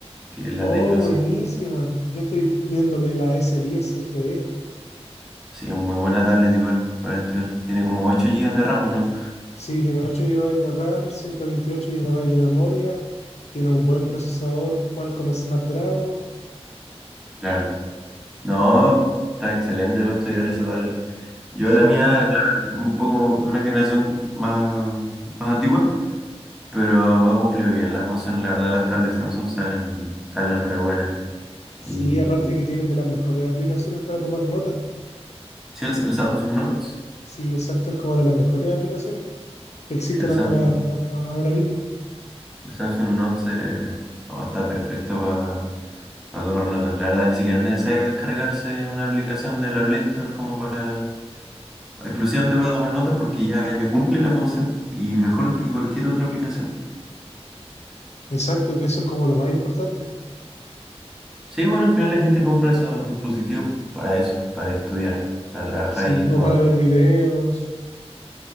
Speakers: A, in the centre; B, on the left (about 85°).
A: que la
B: Oh,
A: tengo
B: buenísima. Yo estoy viéndome la S10 FE.
A: Sí, es muy buena tablet igual para estudiar. Tiene como 8 gigas de RAM, ¿o ¿no?
B: Sí, tiene 8 gigabytes de RAM, 128 gigabytes de memoria, tiene un buen procesador Qualcomm Snapdragon.
A: Claro. No, está excelente para estudiar esa tablet. Yo
B: Sí,
A: la mía, claro, un poco de una generación más, más antigua, pero ha cumplido bien la función. La verdad, las tablets Samsung salen, salen re buenas.
B: sí,
A: Y
B: aparte que tienen de las mejores aplicaciones para tomar notas.
A: si el, el Samsung Note,
B: Sí, exacto, es como de las mejores aplicaciones que existen
A: si el Samsung,
B: hasta, la- hasta ahora mismo.
A: el Samsung Note se- no, está perfecto para tomar notas. La verdad, ni siquiera es necesario descargarse una aplicación de la Play Store como para exclusivamente para tomar notas porque ya, ya cumple la función y mejor que cualquier otra aplicación.
B: Exacto, que eso es como lo más importante.
A: Sí, bueno, al final la gente compra esos dispositivos para eso, para estudiar, para trabajar
B: Sí,
A: y tomar
B: o para
A: notas.
B: ver videos.